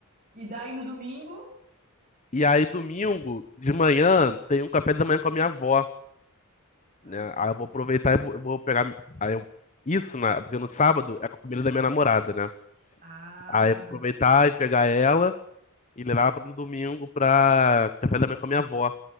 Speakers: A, on the right; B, on the left.
A: E daí no domingo?
B: E aí, domingo de manhã, tem um café da manhã com a minha avó,
A: Ah,
B: né?
A: que
B: Aí
A: massa.
B: eu vou aproveitar e vou, eu vou pegar. Aí eu, isso, né? Porque no sábado é com a família da minha namorada, né?
A: Ah.
B: Aí eu vou aproveitar e pegar ela e levar ela pro- no domingo pra café da manhã com a minha avó,